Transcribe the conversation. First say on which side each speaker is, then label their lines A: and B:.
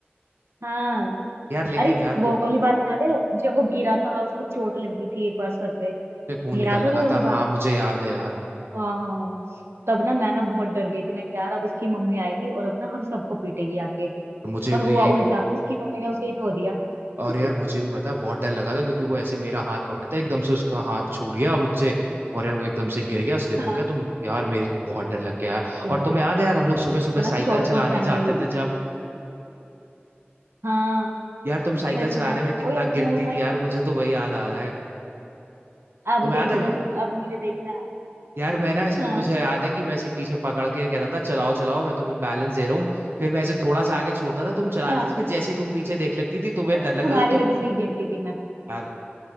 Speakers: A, on the right; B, on the right.
A: हाँ
B: यार लेकिन
A: अरे
B: यार
A: वो
B: वो
A: वाली बात याद है जब वो गिरा था उसको चोट लगी थी एक बार सर पे
B: उससे खून
A: याद
B: निकलने
A: है
B: लगा
A: वो वाली
B: था
A: बात
B: हाँ मुझे याद है यार
A: हाँ हाँ तब ना मैं ना बहुत डर गई थी मैं कि यार अब इसकी मम्मी आएगी और अब ना हम सबको पीटेगी आके
B: मुझे
A: पर
B: भी
A: हुआ
B: यही
A: उल्टा उसकी मम्मी ने उसे ही धो दिया
B: और
A: <laughs>
B: यार मुझे भी पता बहुत डर लगा था क्योंकि वो ऐसे मेरा हाथ पकड़ता है एकदम से उसका हाथ छूट गया मुझसे और यार वो एकदम से गिर गया स्लिप
A: हाँ
B: हो गया तो यार मेरी तो बहुत डर लग गया यार
A: पर
B: और
A: यार
B: तुम्हें याद है यार हम लोग सुबह
A: उसको
B: सुबह
A: ना
B: साइकिल
A: चोट बहुत
B: चलाने
A: भयंकर
B: जाते
A: लगी
B: थे
A: थी
B: जब
A: हाँ
B: यार तुम साइकिल
A: सच
B: चलाने
A: में यार
B: में कितना
A: ओ यार
B: गिरती
A: वो टाइम
B: थी यार मुझे तो वही याद आ रहा है
A: अब
B: तुम्हें
A: देखना
B: याद है मैं
A: तुम अब मुझे देखना
B: यार मैं ना ऐसे
A: हाँ
B: तो मुझे याद है कि मैं ऐसे पीछे पकड़ के कहता था चलाओ चलाओ मैं तुम्हें बैलेंस दे रहा हूँ फिर मैं ऐसे थोड़ा सा आगे छोड़ता था तुम चलाती
A: हाँ
B: थी फिर जैसे ही तुम पीछे देख लेती थी तुम्हें
A: यार,
B: डर लगता
A: तुम्हारी
B: था तुम
A: वजह से ही गिरती थी मैं
B: यार